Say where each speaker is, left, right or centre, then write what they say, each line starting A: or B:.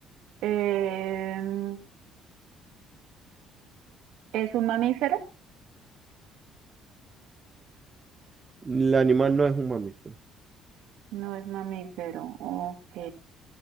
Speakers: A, on the right; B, on the right.
A: Em, ¿es un mamífero?
B: El animal no es un mamífero.
A: No es mamífero, ok.